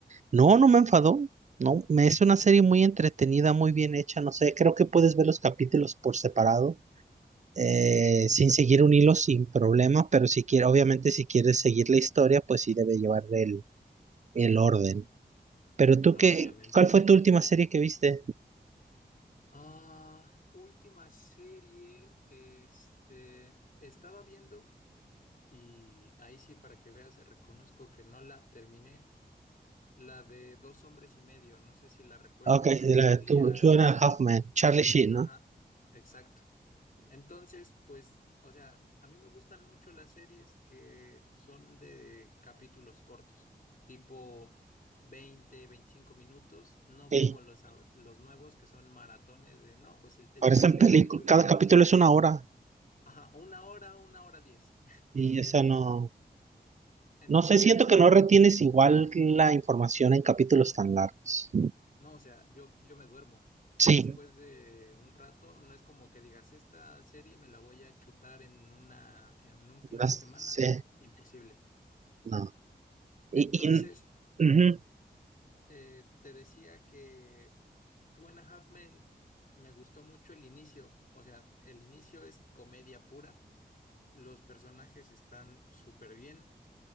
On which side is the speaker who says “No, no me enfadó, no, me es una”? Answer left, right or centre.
Right